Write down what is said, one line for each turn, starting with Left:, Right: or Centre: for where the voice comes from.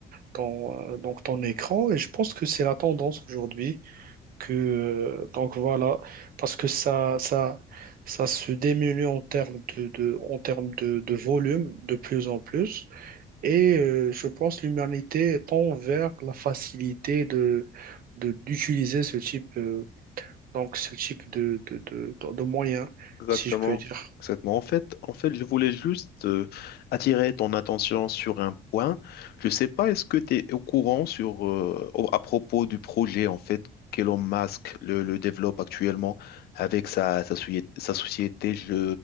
Right: ton, euh, donc, ton écran. Et je pense que c'est la tendance aujourd'hui que, euh, donc voilà, parce que ça, ça, ça se diminue en termes de, de- en termes de, de volume de plus en plus. Et euh, je pense que l'humanité tend vers la facilité de, de- d'utiliser ce type, euh, donc ce type de, de, de, de- de moyens,
Left: Exactement.
Right: si je peux dire.
Left: Exactement. En fait, en fait, je voulais juste euh, attirer ton attention sur un point. Je ne sais pas, est-ce que tu es au courant sur, euh, au- à propos du projet en fait qu'Elon Musk le, le développe actuellement avec sa, sa, soci- sa société. Je